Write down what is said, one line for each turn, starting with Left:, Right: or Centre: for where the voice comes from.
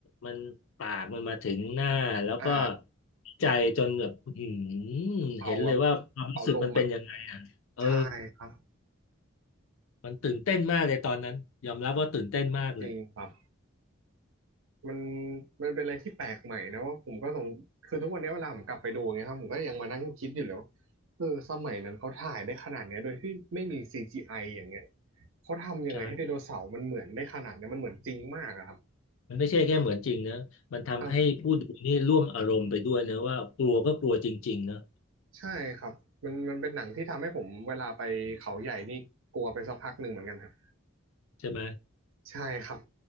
Left: มันปากมันมาถึงหน้าแล้วก็
Right: อ่า
Left: ใจจนแบบอื้อหือ
Right: เป่าแบบ
Left: เห็นเลยว่าความรู้สึกมันเป็นยังไงอ่ะเออ
Right: เป่าลมอ่ะใช่ครับ
Left: มันตื่นเต้นมากเลยตอนนั้นยอมรับว่าตื่นเต้นมากเลย
Right: จริงครับมันมันเป็นอะไรที่แปลกใหม่นะว่าผมก็สงคือทุกวันนี้เวลาผมกลับไปดูไ่งยครับผมก็ยังมานั่งคิดอยู่เลยว่าเออสมัยนั้นเขาถ่ายได้ขนาดเนี้ยโดยที่ไม่มี CGI ออย่างเงี้ยเขาทำยังไงให้ไดโนเสาร์มันเหมือนได้ขนาดเนี้ยมันเหมือนจริงมากอะครับ
Left: ใช่ มันไม่ใช่แค่เหมือนจริงนะมันทำให้ผู้ดูนี่ร่วมอารมณ์ไปด้วยนะว่ากลัวก็กลัวจริงๆนะ
Right: ครับใช่ครับมันมันเป็นหนังที่ทำให้ผมเวลาไปเขาใหญ่นี่กลัวไปสักพักหนึ่งเหมือนกันครับ
Left: ใช่ไหม
Right: ใช่ครับ